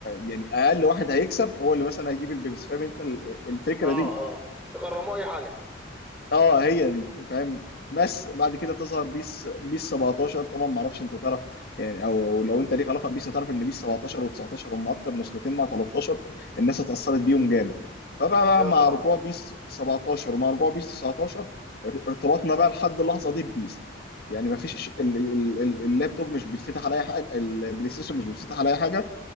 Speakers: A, on the left; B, in the centre.
A: يعني اقل واحد هيكسب هو اللي مثلا هيجيب البيبسي فاهم انت ال- الفكره
B: اه
A: دي
B: اه تغرموا اي حاجه
A: اه هي دي فاهم بس بعد
B: مم.
A: كده تظهر بيس بيس 17 طبعا ما اعرفش انت تعرف يعني او لو انت ليك علاقه بيس هتعرف ان بيس 17 و19 هم اكتر نسختين مع 13 الناس اتاثرت بيهم جامد فبقى بقى
B: ايوه
A: مع
B: طبعا
A: رجوع بيس 17 ومع رجوع بيس 19 ارتباطنا بقى لحد اللحظه دي ببيس يعني ما فيش ال- ال- ال- اللابتوب مش بيتفتح على اي حاجه البلاي ستيشن مش بيتفتح على اي حاجه